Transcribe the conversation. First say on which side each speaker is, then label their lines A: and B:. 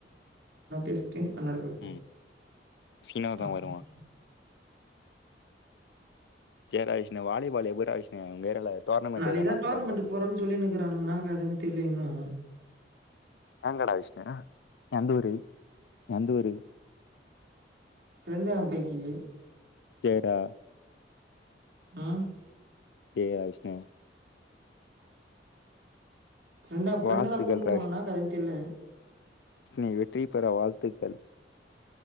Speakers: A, on the right; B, on the left.
A: <unintelligible> ட்டு அன்னாட போய்டுவே
B: ம் சீனு
A: அ
B: தா வருவா
A: இ
B: சேர்றா விஷ்ணு வாலிபால் எப்பர்றா விஷ்ணு உங்க ஏரியால டோர்னமெண்ட்
A: நாளைக்குதா
B: எதா நடத்துறாங்களா
A: டோர்னமெண்ட்டு போறோன் சொல்லினுகிறானுங்க இன்னா கதனு தெர்ல இன்னு
B: ஏங்கடா விஷ்ணு எந்தூரு எந்தூரு
A: ஃபிரெண்டு அம்பகி
B: சேர்டா
A: ஆ
B: கேகுதா விஷ்ணு
A: ப்ரெண்டா ப்ரெண்ட
B: வாழ்த்துக்கள்டா
A: தா கூட்னு போனுன்னாக்கத தெர்ல
B: நீ வெற்றி பெற வாழ்த்துக்கள்